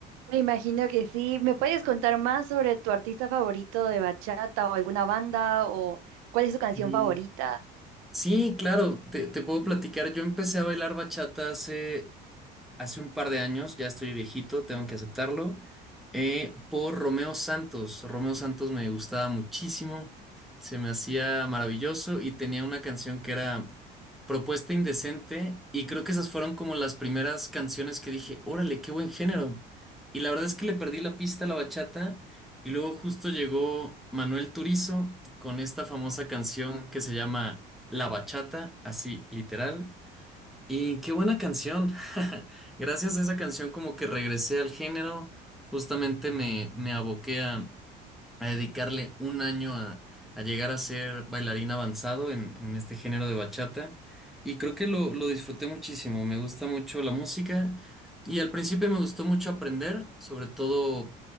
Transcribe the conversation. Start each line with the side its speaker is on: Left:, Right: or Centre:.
Right: Me imagino que sí. ¿Me puedes contar más sobre tu artista favorito de bachata o alguna banda o cuál es tu canción
Centre: Sí,
Right: favorita?
Centre: Sí, claro, te, te puedo platicar. Yo empecé a bailar bachata hace hace un par de años, ya estoy viejito, tengo que aceptarlo, eh, por Romeo Santos. Romeo Santos me gustaba muchísimo, se me hacía maravilloso y tenía una canción que era Propuesta Indecente y creo que esas fueron como las primeras canciones que dije, órale, qué buen género. Y la verdad es que le perdí la pista a la bachata y luego justo llegó Manuel Turizo con esta famosa canción que se llama La Bachata, así literal. Y qué buena canción. <laughs> Gracias a esa canción como que regresé al género, justamente me, me aboqué a, a dedicarle un año a, a llegar a ser bailarín avanzado en, en este género de bachata y creo que lo, lo disfruté muchísimo, me gusta mucho la música y al principio me gustó mucho aprender, sobre todo